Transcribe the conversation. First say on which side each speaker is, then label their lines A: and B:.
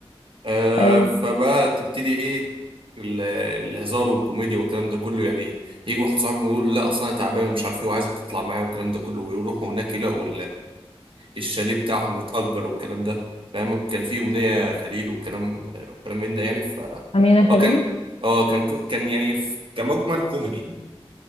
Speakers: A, on the right (about 55°); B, on the left (about 70°).
A: آه
B: ايوه
A: فبقى تبتدي ايه ال- الهزار والكوميديا والكلام ده كله يعني يجي واحد صاحبهم يقول لا اصلا انا تعبان ومش عارف ايه وعايزك تطلع معايا والكلام ده كله ويروحوا هناك يلاقوا الشاليه بتاعهم متأجر والكلام ده فاهم كان في أمنية خليل والكلام والكلام من ده يعني ف
B: امينه خليل
A: هو كان اه كان كو- كان يعني ف- كمجمل كوميدي